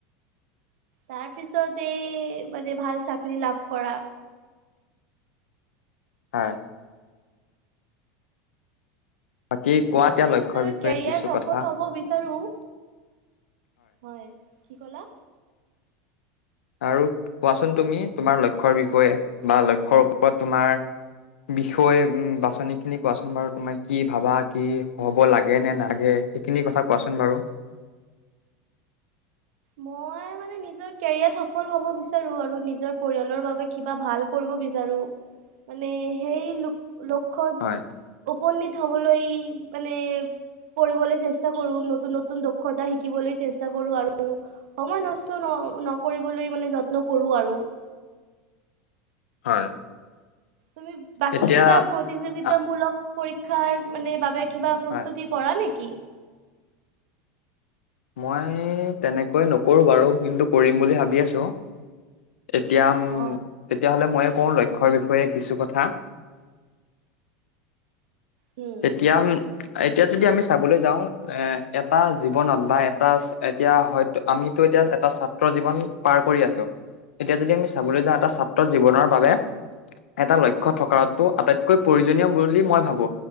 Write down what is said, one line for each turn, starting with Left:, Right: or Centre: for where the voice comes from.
Right: তাৰ পিছত এই মানে ভাল চাকৰি লাভ কৰা।
Left: হয়! বাকী
Right: মানে
Left: কোৱা
Right: মই
Left: এতিয়া লক্ষ্যৰ
Right: নিজৰ
Left: বিষয়ে
Right: কেৰিয়াৰ
Left: কিছু
Right: সফল
Left: কথা।
Right: হব বিচাৰো। হয় কি কলা?
Left: আৰু কোৱাচোন তুমি তোমাৰ লক্ষ্যৰ বিষয়ে বা লক্ষ্যৰ ওপৰত তোমাৰ বিষয় উ বাছনি খিনি কোৱাচোন বাৰু তোমাৰ কি ভাবা কি হ'ব লাগে নে নালাগে? সেইখিনি কথা কোৱাচোন বাৰু।
Right: মই মানে নিজৰ কেৰিয়াৰত সফল হব বিচাৰোঁ। আৰু নিজৰ পৰিয়ালৰ বাবে কিবা ভাল কৰিব বিচাৰো মানে সেই লক্ষত
Left: হয়।
Right: উপনীত হবলৈ মানে কৰিবঢ়লৈ চেষ্টা কৰো নতুন নতুন দক্ষতা শিকিবলৈ চেষ্টা কৰো আৰু সময় নষ্ট ন নকৰিবলৈ মানে যত্ন কৰো আৰু। <inaudible>
Left: হয়।
Right: তুমি বাকী
Left: এতিয়া
Right: কিবা প্ৰতিযোগিতামূলক
Left: আ-
Right: পৰীক্ষাৰ মানে বাবে কিবা প্ৰস্তুতি
Left: হয়
Right: কৰা নেকি?
Left: মই তেনেকৈ নকৰোঁ বাৰু কিন্তু কৰিম বুলি ভাবি আছো। এতিয়া
Right: অ
Left: তেতিয়াহলে মই কোনো লক্ষ্যৰ বিষয়ে কিছু কথা
Right: উম
Left: এতিয়া এতিয়া যদি আমি চাবলৈ যাওঁ এ এটা জীৱনত বা এটা এতিয়া হয়তো আমিতো এতিয়া এটা ছাত্ৰ জীৱন পাৰ কৰি আছো এতিয়া যদি আমি চাবলৈ যাওঁ এটা ছাত্ৰৰ জীৱনৰ বাবে এটা লক্ষ্য থকাটো আটাইতকৈ প্ৰয়োজনীয় বুলি মই ভাবো।